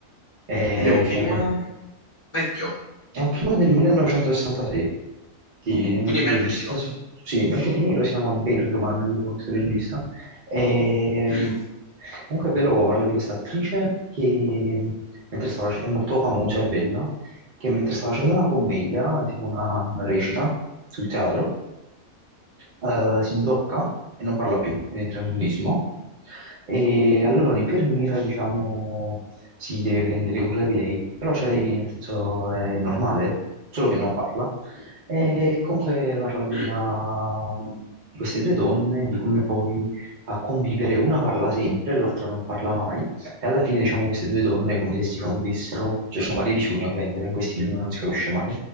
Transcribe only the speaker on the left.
Ed è un film vecchio,
quindi in bianco
e nero.
Mm,
mm.